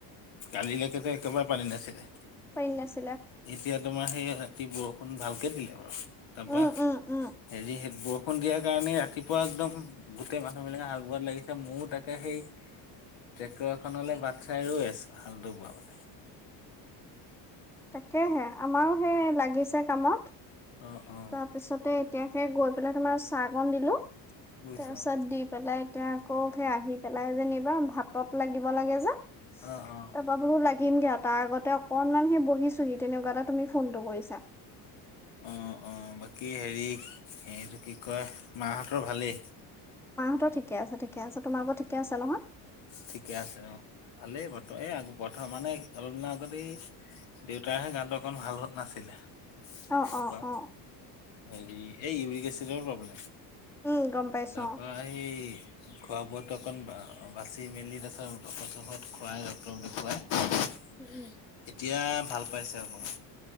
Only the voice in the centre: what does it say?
পাৰ নছে
উম উম উম
তাকেহে আমাৰো সেই লাগিছে কামত
তাৰপিছতে তেতিয়া সে গৈ পেলাই তোমাৰ চাহকন দিলো
তাৰপিছত দি পেলাই এতিয়া আকৌ সেই আহি পেলাই যেনিবা ভাতত লাগিব লাগে যে তপাবোৰো
লাগ থিকিম দিয়া তাৰ আগতে অকনমান সি বহিছোহি তেনেকুৱা এটা তুমি ফোনটো কৰিছা।
মাহঁতৰ ঠিকে আছে, ঠিকে আছে, তোমালোকৰ ঠিকে আছে নহয়?
অ
অ অ
উম গম পাইছো
অ
উম।